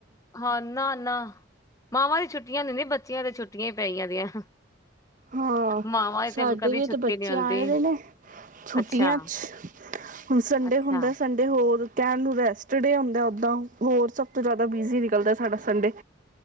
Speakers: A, on the left; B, on the right.
A: ਹਾਂ ਨਾ ਨਾ, ਮਾਵਾਂ ਦੀ ਛੁੱਟੀਆਂ ਨੇ ਨੇ ਬੱਚਿਆਂ ਤੇ ਛੁੱਟੀਆਂ ਹੀ ਪੈਆਂ ਦੀਆਂ।
B: ਹਾਂ
A: ਮਾਵਾਂ
B: ਸਾਡੇ
A: ਦੀ ਤੇ ਕਦੀ
B: ਵੀ
A: ਛੁੱਟੀ
B: ਤਾਂ ਬੱਚੇ
A: ਨੀ ਹੁੰਦੀ
B: ਆਏ ਨੇ, ਛੁੱਟੀਆਂ
A: ਅੱਛਾ
B: 'ਚ ਹੁਣ ਸੰਡੇ
A: ਅੱਛਾ
B: ਹੁੰਦਾ ਸੰਡੇ ਹੋਰ ਕਹਿਣ ਨੂੰ ਰੈਸਟ ਡੇ ਆਉਂਦਾ ਉੱਦਾਂ ਹੋਰ ਸਭ ਤੋਂ ਜ਼ਿਆਦਾ ਬਿਜ਼ੀ ਨਿਕਲਦਾ ਸਾਡਾ ਸੰਡੇ।